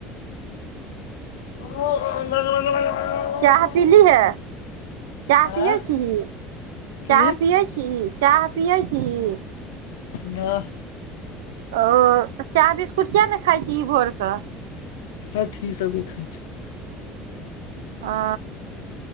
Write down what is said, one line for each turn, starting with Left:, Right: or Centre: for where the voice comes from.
Left: <unintelligible>
Right: चाह पीलीहे चाह
Left: आँ
Right: पियै छी ही
Left: की
Right: चाह पियै छी ही चाह पियै छी ही
Left: नह
Right: ओ तऽ चाह बिस्कुट किया ने खाइ छी ही भोर कऽ
Left: अथी सब जे खाइ छै
Right: ओ